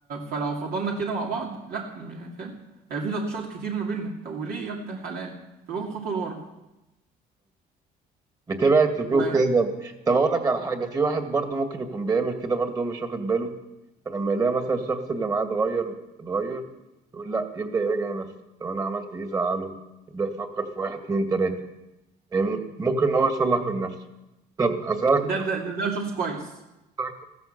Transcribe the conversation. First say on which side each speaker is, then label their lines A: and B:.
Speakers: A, on the right; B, on the right.
A: فلو فضلنا كده مع بعض لا م- يعني فاهم يعني في تاتشات كتير ما بيننا طب وليه يا ابن الحلال فباخد خطوه لورا
B: بتبعد تشوف
A: وده
B: كده طب طب اقول لك على حاجه في واحد برضو ممكن يكون بيعمل كده برضو هو مش واخد باله فلما يلاقي مثلا الشخص اللي معاه اتغير اتغير يقول لا يبدا يراجع نفسه طب انا عملت ايه زعله يبدا يفكر في واحد اتنين تلاته فاهمني ممكن ان هو يصلح من نفسه طب اسالك
A: ده ده, ده ده شخص كويس
B: اسالك